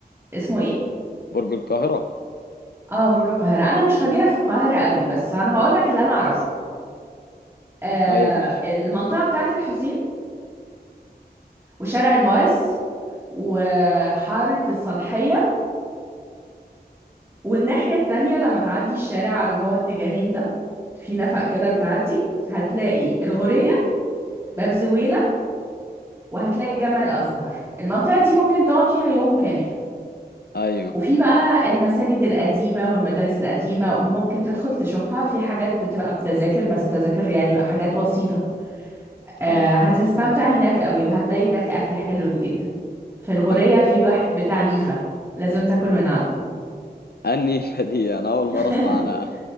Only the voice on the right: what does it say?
اسمه ايه
اه برج القاهره انا مش خبيره في القاهره قوي بس انا هقولك اللي انا اعرفه آه
المنطقه بتاعه الحسين وشارع المعز وحاره الصالحيه والناحيه التانية لما تعدي الشارع اللي هو اتجاهين ده في نفق كده بتعدي هتلاقي الغورية باب زويلة وهتلاقي الجامع الأزهر المنطقة دي ممكن تقعد فيها يوم كامل
وفي بقى المساجد القديمة والمدارس القديمة ممكن تدخل تشوفها وفي حاجات بتبقى بتذاكر بس تذاكر يعني حاجات بسيطة آه،
هتستمتع هناك قوي وهتلاقي هناك أكل حلو جدا في الغورية
في واحد بتاع نيفة لازم تاكل من عنده
<laughs>